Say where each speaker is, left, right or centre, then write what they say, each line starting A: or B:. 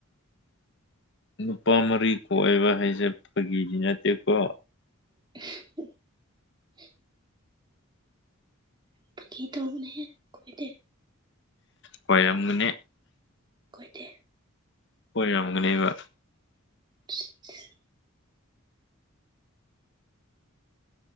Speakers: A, on the left; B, on the right.
A: ꯅꯨꯄꯥ ꯃꯔꯤ ꯀꯣꯛꯑꯕ ꯍꯥꯏꯁꯦ ꯐꯥꯒꯤꯗꯤ ꯅꯠꯇꯦꯀꯣ
B: <unintelligible> ꯐꯒꯤ ꯇꯣꯏꯕꯅꯤꯍꯦ ꯀꯣꯏꯗꯦ
A: ꯀꯣꯏꯔꯝꯒꯅꯦ
B: ꯀꯣꯏꯗꯦ
A: ꯑꯣꯏꯔꯝꯒꯅꯦꯕ
B: <unintelligible>